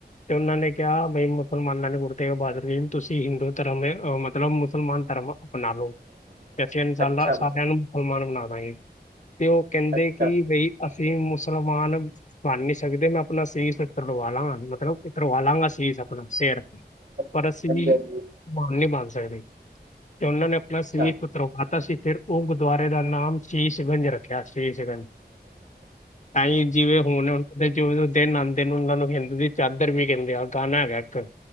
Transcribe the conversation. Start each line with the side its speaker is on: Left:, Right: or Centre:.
Left: ਤੇ ਉਹਨਾਂ ਨੇ ਕਿਹਾ, ਬਈ ਮੁਸਲਮਾਨਾਂ ਨੇ ਗੁਰੂ ਤੇਗ ਬਹਾਦੁਰ ਜੀ ਨੂੰ, ਤੁਸੀਂ ਹਿੰਦੂ ਧਰਮ, ਮਤਲਬ ਮੁਸਲਮਾਨ ਧਰਮ ਅਪਨਾਲੋ
Right: <inaudible>
Left: ਐਸੇ ਅਹਿਸਾਨ
Right: ਅੱਛਾ
Left: ਦਾ ਸਾਰਿਆਂ ਨੂੰ ਮੁਸਲਮਾਨ ਬਣਾਦਾਂਗੇ, ਤੇ ਉਹ ਕਹਿੰਦੇ
Right: ਅੱਛਾ
Left: ਕਿ ਬਈ ਅਸੀਂ ਮੁਸਲਮਾਨ ਬਣ ਨਹੀਂ ਸਕਦੇ, ਮੈਂ ਆਪਣਾ ਸੀਸ ਤਵਾ ਲਾਂਗਾ, ਮਤਲਬ ਉਤਰਵਾ ਲਾਂਗਾ ਸੀਸ ਆਪਣਾ, ਸਿਰ
Right: ਹਾਂਜੀ
Left: ਪਰ ਅਸੀ ਨਹੀ,
Right: ਹਾਂਜੀ
Left: ਮ੍ਹਾਨ ਨੀ ਬਣ ਸਕਦੇ। ਤੇ ਉਹਨਾਂ ਨੇ ਆਪਣਾ
Right: ਅੱਛਾ
Left: ਸਰੀਰ ਉਤਰਵਾਤਾ ਸੀ, ਫਿਰ, ਉਹ ਗੁਰਦੁਆਰੇ ਦਾ ਨਾਮ ਸੀਸ਼ਗੰਜ ਰੱਖਿਆ, ਸ਼ੀਸ਼ਗੰਜ।
Right: ਹ
Left: ਤਾਂਈ, ਜਿਵੇਂ ਹੋਣ ਤੇ ਚੋਵੀ ਸੋ ਦਿਨ ਆਂਦੇ, ਉਹਨਾਂ ਨੂੰ ਹਿੰਦ ਦੀ ਚਾਦਰ ਵੀ ਕਹਿੰਦੇ ਆ, ਗਾਣਾ ਹੈਗਾ ਇੱਕ।